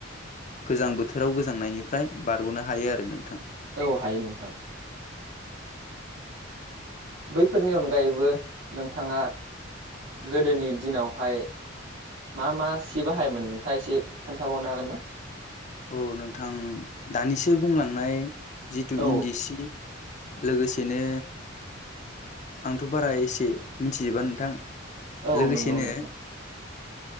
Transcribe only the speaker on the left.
गोजां बोथोराव गोजांनायनिफ्राय बारग'नो हायो आरो नोंथां।
औ
औ नोंथां दानिसो बुंलांनाय जितु
इन्दि सि लोगोसेनो आंथ' बारा एसे मिथिजोबा नोंथां
लोगोसेनो